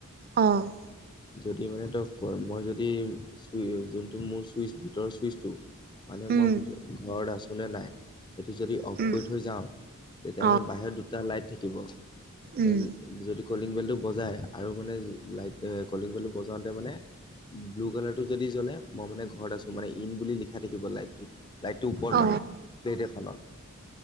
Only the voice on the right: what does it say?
অ'।
উম
উম
অ
উম
অ